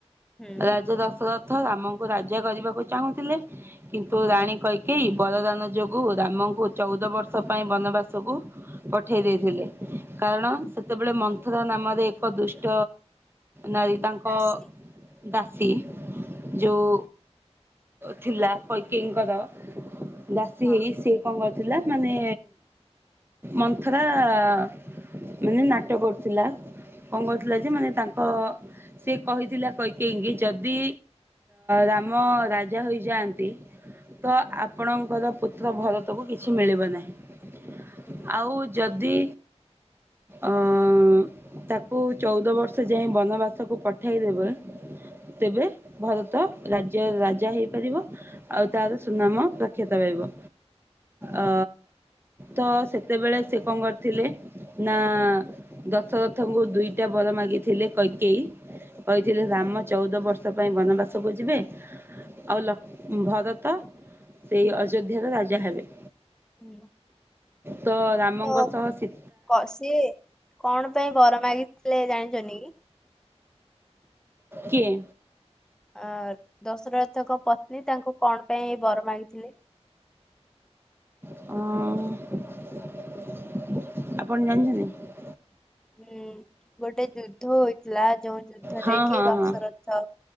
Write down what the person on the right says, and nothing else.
ରାଜା ଦଶରଥ ରାମଙ୍କୁ ରାଜା କରିବାକୁ ଚାହୁଁଥିଲେ। ତୁ ରାଣୀ କୈକେଇ ବରଦାନ ଯୋଗୁ ରାମଙ୍କୁ ଚୋଉଦ ବର୍ଷ ପାଇଁ ବନବାସକୁ ପଠେଇ ଦେଇଥିଲେ କାରଣ ସେତେବେଳେ ମନ୍ଥରା ନାମରେ ଏକ ଦୁଷ୍ଟ ନାଳି ତାଙ୍କ
ଦାସୀ ଯୋଉ ଥିଲା। କୈକେଇଙ୍କର ଦାସୀ
ହେଇ ସିଏ କଣ କରିଥିଲା ମାନେ ମନ୍ଥରା ମାନେ ନାଟ କରୁଥିଲା। କଣ କହୁଥିଲା ଯେ ମାନେ ତାଙ୍କ ସିଏ କହିଥିଲା କୈକେଇଙ୍କି ଯଦି ରାମ ରାଜା ହୋଇଯାଆନ୍ ନ୍ତି ତ ଆପଣଙ୍କର ପୁତ୍ର ଭରତକୁ କିଛି ମିଳିବ ନାହିଁ।
ଆଉ ଯଦି ଅଁ ତାକୁ ଚୋଉଦ ବର୍ଷ ଯାଏଁ ବନବାସକୁ ପଠାଇଦେବେ ତେବେ ଭରତ ରାଜ୍ୟ ରାଜା ହେଇପାରିବେ। ଆଉ ତାର ସୁନାମ ପ୍ରଖ୍ୟାତ ରହିବ ଅ ତ ସେତେବେଳେ ସେ କଣ କରିଥିଲେ ନା ଦଶରଥଙ୍କୁ ଦୁଇଟା ବର ମାଗିଥିଲେ କୈକେଇ କହିଥିଲି ରାମ ଚୋଉଦ ବର୍ଷ ପାଇଁ ବନବାସକୁ ଯିବେ ଆଉ ଭାରତ ସେଇ ଅଯୋଧ୍ୟାର ରାଜା ହେବେ।
ତ ରାମଙ୍କ
ସହ ସୀ
କିଏ?
ଅ ଆପଣ ଜାଣିଚନ୍ତି?
ହଁ
ହଁ
ହଁ